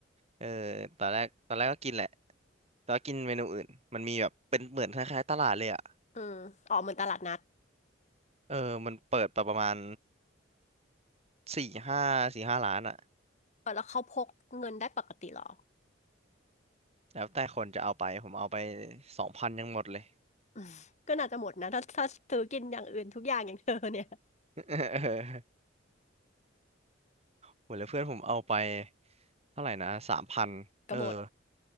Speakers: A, on the right; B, on the left.
A: เออตอนแรกตอนแรกก็กินแหละแต่ว่ากินเมนูอื่นมันมีแบบเป็นเหมือนคล้ายๆตลาดเลยอ่ะ
B: อืมอ๋อเหมือนตลาดนัด
A: เออมันเปิดประมาณสี่ห้าสี่ห้าร้านอ่ะ
B: เออแล้วเขาพกเงินได้ปกติเหรอ
A: แล้วแต่คนจะเอาไปผมเอาไปสองพันยังหมดเลย
B: อืมก็น่าจะหมดนะถ้าถ้าซื้อกินอย่างอื่นทุกอย่างอย่างเธอเนี่ย
A: <laughs> เออหมดเลยเพื่อนผมเอาไปเท่าไหร่นะสามพันเออ
B: ก็หมด